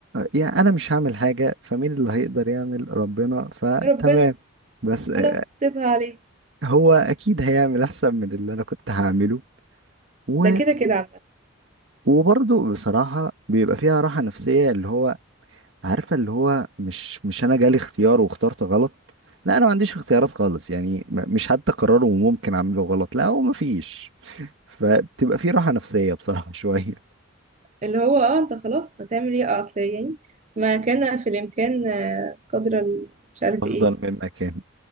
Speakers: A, on the right; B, on the right.
A: يعني انا مش هعمل حاجه فمين اللي هيقدر يعمل ربنا فتمام
B: ربنا
A: بس آه،
B: خلاص سيبها عليه
A: هو اكيد هيعمل احسن من اللي انا كنت هعمله و...
B: ده كده كده عامة
A: وبرضه بصراحه بيبقى فيها راحه نفسيه اللي هو عارفه اللي هو مش مش انا جالي اختيار واخترت غلط لا انا ما عنديش اختيارات خالص يعني م- مش حتى قراره وممكن اعمله غلط لا هو ما فيش فبتبقى في راحة نفسية بصراحة <laughs> شوية
B: اللي هو اه انت خلاص هتعمل ايه آه، اصل يعني ما كان في الإمكان آه، قدر ال- مش عارف
A: أفضل
B: ايه
A: من مكان